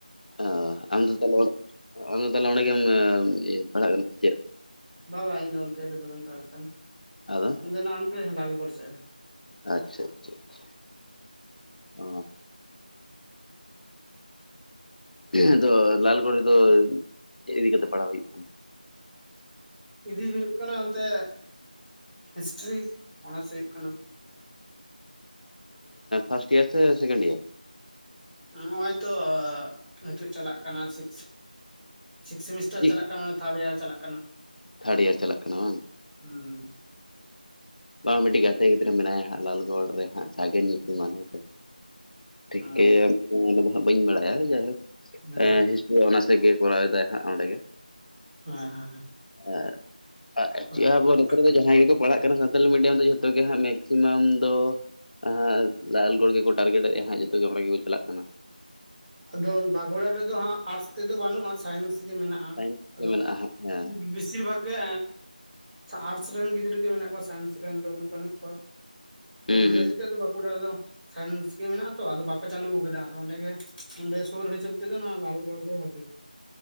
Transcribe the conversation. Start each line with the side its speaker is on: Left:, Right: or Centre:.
Left: ᱚ ᱟᱢᱫᱚ ᱛᱟᱦᱚᱞᱮ ᱟᱢᱫᱚ ᱛᱟᱦᱚᱞᱮ ᱚᱸᱰᱮᱜᱮᱢ ᱤᱭᱟᱹ ᱯᱟᱲᱦᱟᱜ ᱠᱟᱱᱟ ᱥᱮ ᱪᱮᱫ?
Centre: ᱵᱟ ᱵᱟᱝ ᱤᱧᱫᱚ ᱚᱱᱛᱮ ᱨᱮᱫᱚ ᱵᱟᱹᱧ ᱯᱟᱲᱟᱜ ᱠᱟᱱᱟ᱾
Left: ᱟᱫᱚ
Centre: ᱤᱧᱫᱚ ᱱᱟᱱᱛᱮ ᱞᱟᱞᱜᱚᱲ ᱥᱮᱫ ᱨᱮ
Left: ᱟᱪᱪᱷᱟ ᱟᱪᱪᱷᱟ ᱟᱪᱪᱷᱟ ᱚᱻ ᱟᱫᱚ ᱞᱟᱞᱜᱚᱲ ᱨᱮᱫᱚ ᱪᱮᱫ ᱤᱫᱤ ᱠᱟᱛᱮᱫ ᱯᱟᱲᱦᱟᱣ ᱦᱩᱭᱩᱜ ᱠᱟᱱᱟ?
Centre: ᱤᱫᱤ ᱦᱩᱭᱩᱜ ᱠᱟᱱᱟ ᱚᱱᱛᱮ ᱦᱤᱥᱴᱨᱤ ᱚᱱᱟᱨᱥ ᱦᱩᱭᱩᱜ ᱠᱟᱱᱟ᱾
Left: ᱯᱷᱟᱥᱴ ᱤᱭᱟᱨ ᱥᱮ ᱥᱮᱠᱮᱱᱰ ᱤᱭᱟᱨ
Centre: ᱱᱚᱜ ᱚᱭ ᱛᱚ ᱱᱤᱛᱳᱜ ᱪᱟᱞᱟᱜ ᱠᱟᱱᱟ ᱥᱤᱠᱥ ᱥᱤᱠᱥ ᱥᱮᱢᱤᱥᱴᱟᱨ
Left: ᱤᱭᱟᱨ?
Centre: ᱪᱟᱞᱟᱜ ᱠᱟᱱᱟ ᱱᱤᱛ ᱛᱷᱟᱲ ᱮᱭᱟᱨ ᱪᱟᱞᱟᱜ ᱠᱟᱱᱟ᱾
Left: ᱛᱷᱟᱨᱰ ᱤᱭᱟᱨ ᱪᱟᱞᱟᱜ ᱠᱟᱱᱟ ᱵᱟᱝ ᱾
Centre: ᱦᱩᱸ ᱦᱩᱸ
Left: ᱵᱟᱝ ᱢᱤᱫᱴᱤᱡ ᱜᱟᱛᱮ ᱜᱤᱫᱽᱨᱟᱹ ᱢᱮᱱᱟᱭᱟ ᱦᱟᱸᱜ ᱞᱟᱞᱜᱚᱲ ᱨᱮ ᱦᱟᱜ ᱥᱟᱜᱮᱱ ᱧᱩᱛᱩᱢᱟᱱ ᱦᱮᱸ ᱥᱮ ᱴᱷᱤᱠ
Centre: ᱦᱩᱸ ᱚ
Left: <unintelligible> ᱵᱟᱹᱧ ᱵᱟᱲᱟᱭᱟ ᱡᱟᱭᱦᱳᱠ
Centre: ᱦᱮᱸ
Left: ᱮ ᱦᱤᱥ <unintelligible> ᱚᱱᱟᱨᱥ ᱨᱮᱜᱮ ᱠᱚᱨᱟᱣ ᱫᱟᱭ ᱦᱟᱜ ᱚᱸᱰᱮ ᱜᱮ ᱾
Centre: <unintelligible>
Left: ᱮ
Centre: ᱠᱚᱲᱟ
Left: ᱪᱮᱫ
Centre: ᱜᱤᱫᱽᱨᱟᱹ
Left: ᱟᱵᱚ ᱱᱚᱛᱮ ᱨᱮᱫᱚ ᱡᱟᱦᱟᱸᱭ ᱜᱮᱠᱚ ᱯᱟᱲᱦᱟᱜ ᱥᱟᱱᱛᱟᱞᱤ ᱢᱤᱰᱤᱭᱟᱢ ᱫᱚ ᱡᱷᱚᱛᱚ ᱜᱮ ᱦᱟᱸᱜ ᱢᱮᱠᱥᱤᱢᱟᱢ ᱫᱚ ᱦᱟᱜ ᱞᱟᱞᱜᱚᱲ ᱜᱮᱠᱚ ᱴᱟᱨᱜᱮᱴ ᱮᱜᱼᱟ ᱾ ᱦᱟᱸᱜ ᱡᱚᱛᱚ ᱜᱮ ᱚᱸᱰᱮ ᱜᱮᱠᱚ ᱪᱟᱞᱟᱜ ᱠᱟᱱᱟ᱾
Centre: ᱟᱫᱚ ᱵᱟᱸᱠᱩᱲᱟ ᱨᱮᱫᱚ ᱦᱟᱸᱜ ᱟᱨᱴᱥ ᱛᱮᱫᱚ ᱵᱟᱹᱱᱩᱜᱼᱟ ᱥᱟᱭᱮᱱᱥ ᱜᱮ ᱢᱮᱱᱟᱜ ᱼᱟ
Left: ᱥᱟᱭᱮᱱᱥ
Centre: ᱟᱫᱚ
Left: ᱫᱚ ᱢᱮᱱᱟᱜᱼᱟ ᱦᱟᱸᱜ ᱦᱮᱸ
Centre: <unintelligible> ᱵᱮᱥᱤᱨ ᱵᱷᱟᱜᱽ ᱜᱮ ᱟᱴᱥ ᱨᱮᱱ ᱜᱤᱫᱽᱨᱟᱹ ᱜᱮ ᱢᱮᱱᱟᱜ ᱠᱚᱣᱟ ᱥᱟᱭᱮᱱᱥ ᱨᱮᱱ ᱫᱚ ᱩᱱᱟᱹᱜ ᱵᱟᱹᱱᱩᱜ ᱠᱚᱣᱟ᱾ ᱛᱚ
Left: ᱦᱩᱸ
Centre: ᱚᱱᱟ
Left: ᱦᱩᱸ
Centre: ᱠᱷᱟᱹᱛᱤᱨ ᱛᱮ ᱵᱟᱸᱠᱩᱲᱟ ᱨᱮᱫᱚ ᱥᱟᱭᱮᱱᱥ ᱜᱮ ᱢᱮᱱᱟᱜ ᱟᱛᱚ ᱟᱫᱚ ᱵᱟᱠᱚ ᱪᱟᱹᱞᱩ ᱠᱟᱫᱟ ᱟᱫᱚ ᱚᱸᱰᱮ ᱜᱮ ᱱᱚᱰᱮ ᱥᱩᱨ ᱦᱤᱥᱟᱵ ᱛᱮᱫᱚ ᱞᱟᱞᱜᱚᱲ ᱜᱮ ᱵᱷᱟᱹᱜᱮ